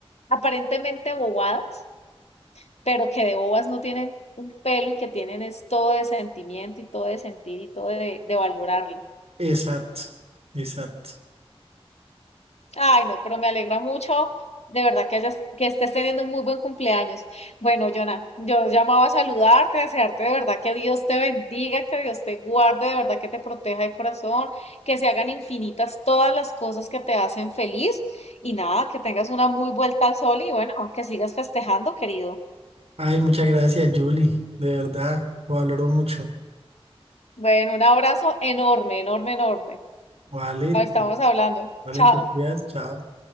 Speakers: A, on the left; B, on the right.
A: aparentemente bobadas pero que de bobas no tienen un pelo y que tienen es todo de sentimiento y todo de sentir y todo de, de valorarle.
B: Exacto, exacto.
A: Ay, no, pero me alegra mucho, de verdad que hayas, que estés teniendo un muy buen cumpleaños. Bueno, Jonah, yo llamaba a saludarte, a desearte de verdad que Dios te bendiga, que Dios te guarde, de verdad que te proteja de corazón, que se hagan infinitas todas las cosas que te hacen feliz y nada, que tengas una muy vuelta al sol y bueno, que sigas festejando, querido.
B: Ay, muchas gracias, Julie, de verdad, lo valoro mucho.
A: Bueno, un abrazo enorme, enorme, enorme.
B: Vale,
A: Lo Estamos hablando.
B: vale,
A: Chao.
B: te cuidas, chao.